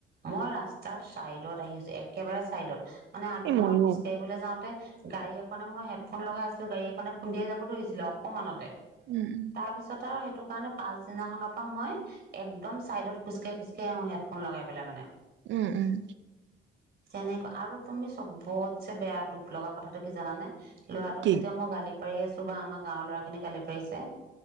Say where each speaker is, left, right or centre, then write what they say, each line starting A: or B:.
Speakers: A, on the right; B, on the right.
A: মই ৰাস্তাৰ চাইডত আহি আছো একেবাৰে চাইডত। মানে আগদিনাখন
B: এই ময়ো
A: খোজ কাঢ়িবলৈ যাওঁতে গাড়ী এখনে মই হেডফোন লগাই আছো গাড়ী এখনে খুন্দিয়াই যাব ধৰিছিল ছিলে অকণমানতে। তাৰপিছত
B: উম উম
A: আৰু সেইটো কাৰণে পাছদিনাখনৰ পৰা মই একদম চাইডত খোজ কাঢ়ি খোজ কাঢ়ি আহো হেডফোন লগাই পেলাই মানে।
B: উম উম।
A: তেনেকা আৰু তুমি চবতছে বেয়া দুখ লগা কথাটো কি জানানে? ল'ৰাটোক
B: কি
A: যেতিয়া মই গালি পাৰি আছো বা আমাক গাঁৱৰ ল'ৰা খিনি গালি পাৰিছে